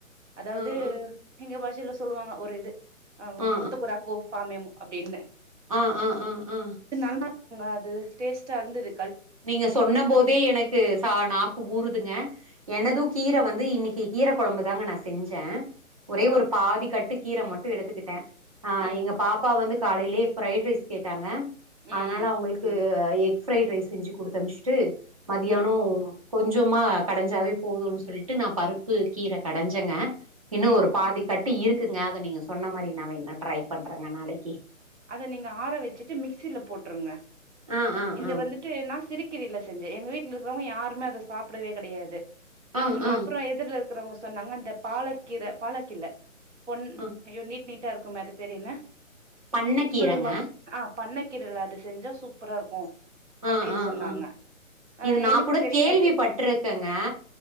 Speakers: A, on the right (about 55°); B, on the right (about 25°).
A: அதாவ்து
B: ஆ ஆ
A: எங்க பாஷையில சொல்லுவாங்க ஒரு இது ஆமா
B: ஆ ஆ
A: ஒத்தகுடாக்கோ பாமேமோ அப்டின்னு
B: ஆ ஆ ஆ ஆ
A: நல்லாருக்குங்க அது டேஸ்டா இருந்துது
B: நீங்க சொன்ன போதே எனக்கு சா நாக்கு ஊறுதுங்க எனது கீர வந்து இன்னிக்கு கீர கொழம்பு தாங்க நா செஞ்சே ஒரே
A: ஆ
B: ஒரு பாதி கட்டு கீர மட்டு எடுத்துக்கிட்டே ஆ
A: ம்
B: எங்க பாப்பா வந்து காலைலயே ஃப்ரைட் ரைஸ் கேட்டாங்க
A: ம்
B: அதனால
A: ம்
B: அவங்களுக்கு எக் ஃப்ரைட் ரைஸ் செஞ்சு குடுத் அனுப்ச்சிட்டு மதியானோ
A: ம்
B: கொஞ்சமா கடைஞ்சாவே போதுனு சொல்லிட்டு நா பருப்பு கீர கடஞ்சங்க இன்னும்
A: ம்
B: ஒரு பாதி கட்டு இருக்குங்க அத நீங்க சொன்ன மாரி நா வேணா ட்ரை பண்றேங்க நாளைக்கி
A: அத நீங்க ஆற வச்சுட்டு மிக்சில போட்டுருங்க
B: ஆ ஆ
A: இந்த
B: ஆ
A: வந்து டு நா சிருக்கீரைல செஞ்சே எங்கவீட்ல இருக்கிறவங்க யாருமே அத சாப்படவே கெடையாது
B: ஆ
A: ஆம்
B: ஆ
A: அப்புற எதிர்ல இருக்கறவங்க சொன்னாங்க இந்த பாலக்கீர பாலக்கில்ல பொன்
B: ஆ
A: ஐயோ நீட் நீட்டா இருக்கும்ல அது பேர் என்ன
B: பண்ண கீரங்க
A: புல்லு மாரி ஆ பண்ண கீரல அது செஞ்சா சூப்பரா இருக்கு அப்டின்னு
B: ஆ ஆ
A: சொன்னாங்க
B: ஆ
A: ஆ
B: இது நா
A: எனக்கு
B: கூட
A: தெரியாது
B: கேள்வி பட்ருக்கேங்க